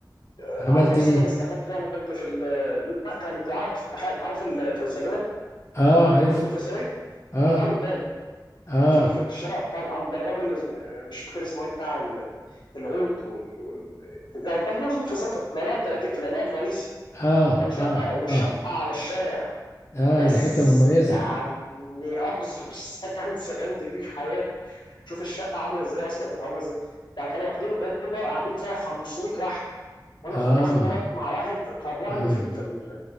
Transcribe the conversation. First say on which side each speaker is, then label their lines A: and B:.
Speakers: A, on the left (about 70°); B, on the left (about 35°).
A: آه،
B: عملت
A: عندي
B: ايه
A: في سكن استكنت فيه أنا كنت في ال- لا كنت قاعد في التخيل عارف الفيصلية
B: اه عارف
A: برج الفيصلية
B: اه
A: كنت قاعد قدام
B: اه
A: في ال- في الشارع بتاع عند الراجل اللي اسم- مش فاكر اسمه ايه بتاع ال- العود وال وال- ده قدام برج الفيصل في العلاقه 30 في العلاقه الرئيسي
B: اه
A: كانت شقه
B: اه
A: وشقه
B: اه
A: على الشارع
B: اه
A: بس
B: دي حتة مميزة
A: يعني اقذر <laughs> سكن سكنت فيه في حياتي شوف الشقه عامله ازاي اصلا كانت عامله ازاي يعني كانوا واخدين اوضه قاعدين فيها 500 واحد وانا
B: اه
A: كنت واخد اوضه مع واحد قرعني
B: اه
A: في ال... في ال...